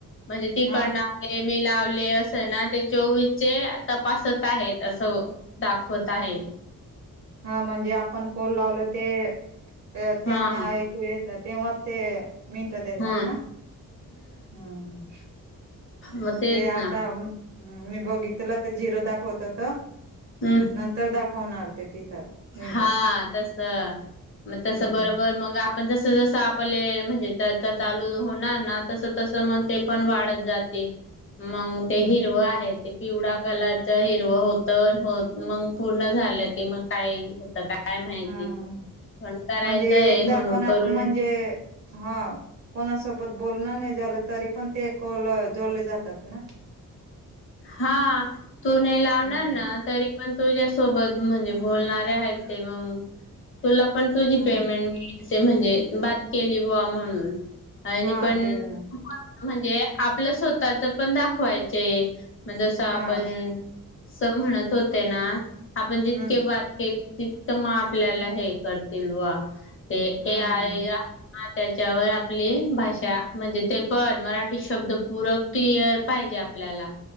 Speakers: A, on the left (about 40°); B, on the right (about 50°).
A: म्हणजे तिकडेन.
B: हा
A: मले लावले अस ना ते चोवीस चे तपासत आहेत असं. दाखवत आहे.
B: हा म्हणजे आपण कोण लावल ते अ त्यांना
A: हा
B: एक येत तेव्हा ते मिनटं देतात
A: हा
B: ना. हम्म
A: मग तेच
B: ते आता.
A: ना
B: हम् मी बघितलं तर झिरो दाखवत होत
A: हम्म.
B: नंतर दाखवणार ते तिथं. मिनट
A: हा तस मग तस
B: हम्म
A: बरोबर मग. पण जस जसं आपले म्हणजे चर्चा चालू होणार ना तस तस मग ते पण वाढत जाते. मग ते हिरव आहे ते पिवळा कलरच हिरव होत हो मग पूर्ण झालं की मग काय होत का? काय माहिती?
B: हम्म
A: पण करायचंय
B: म्हणजे एकदा
A: म्हणून
B: पण आप
A: करून
B: म्हणजे हा कोणास पद्. बोलण नाही झालं तरी पण ते कोल जोडले जातात ना.
A: हा तू न लावणार
B: हम्म
A: ना तरी पण तुझ्यासोबत म्हणजे बोलणारे आहेत ते मग तुला पण तुझी
B: हम्म
A: पेमेंट मि ते म्हणजे बात केली बुवा म्हणून आणि
B: हा
A: पण
B: तेच ना
A: म्हणजे आपलं स्वतःच पण दाखवायचण जस आपण.
B: हा
A: अस म्हणत होते ना आपण
B: हम्म
A: जितके बात केली. तितकं मग आपल्याला हे करतील वा ते
B: हम्म
A: ए आय. हा त्याच्यावर आपली भाषा म्हणजे ते पण मराठी शब्द पूर क्लिअर पाहिजे. आपल्याला